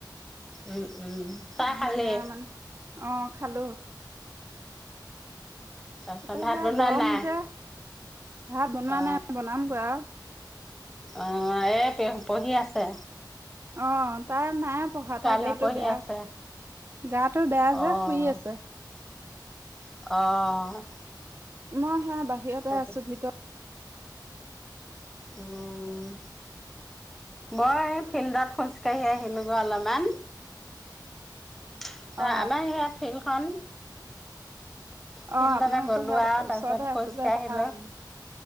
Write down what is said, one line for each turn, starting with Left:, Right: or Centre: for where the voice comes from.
Centre: উম, উম, চাহ
Right: ধুনীয়া
Centre: খালি?
Right: মানে অ', খালোঁ।
Centre: তই
Right: তাৰপৰা
Centre: ভাত
Right: সে
Centre: বনোৱা
Right: গৰম
Centre: নাই,
Right: যে ভাত বনোৱা
Centre: অ'।
Right: নাই বনামগৈ আৰু
Centre: অ', এ পঢ়ি আছে।
Right: অ', তাই নাই পঢ়া,
Centre: ছোৱালী
Right: তাই গাটো
Centre: পঢ়ি
Right: বেয়া।
Centre: আছে।
Right: গাটো বেয়া যে,
Centre: অ',
Right: শুই আছে।
Centre: অ',
Right: মই সেয়া বাহিৰতে
Centre: তাৰপিছ
Right: আছোঁ, ভিতৰত
Centre: উম্, মই এই ফিল্ডত খোজ কাঢ়ি আহিলোঁ গৈ অলপমান। ত,
Right: অ
Centre: আমাৰ সেইয়া ফিল্ডখন। ফিল্ডতে
Right: অ', আপোনালোকৰ
Centre: গ'লো
Right: সেইয়াত
Centre: আৰু তাৰপিছত
Right: ওচৰতে
Centre: খোজকাঢ়িলো।
Right: আছে যে, ভাল।